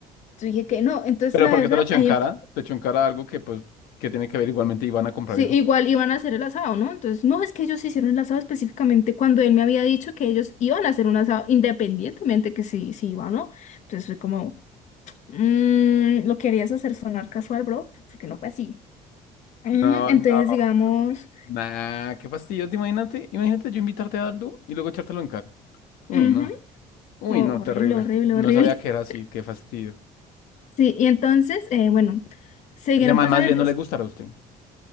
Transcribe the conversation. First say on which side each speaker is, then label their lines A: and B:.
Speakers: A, on the left; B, on the left.
A: Yo dije que no. Entonces,
B: Pero
A: la
B: ¿por
A: verdad,
B: qué te lo echó
A: ahí
B: en cara?
A: empe-
B: Te echó en cara algo que pues que tiene que ver igualmente y van a comprar
A: sí,
B: eso.
A: igual iban a hacer el asado, ¿no? Entonces, no, es que ellos hicieron el asado específicamente cuando él me había dicho que ellos iban a hacer un asado independientemente que si, si iba o no. Entonces, fue como... Mm, lo querías hacer sonar casual, bro, porque no fue así. Mm,
B: No,
A: entonces,
B: no.
A: digamos,
B: eso sí. Nah, qué fastidio. Te imagínate, imagínate yo invitarte a algo y luego echártelo en cara. Uy,
A: ujú,
B: no. Uy,
A: oh,
B: no,
A: horrible,
B: terrible.
A: horrible,
B: No
A: horrible.
B: sabía que era
A: <laughs>
B: así, qué fastidio.
A: Sí, y entonces, eh, bueno, siguieron
B: Ese man
A: pasando,
B: más bien
A: entonces,
B: no le gustará a usted.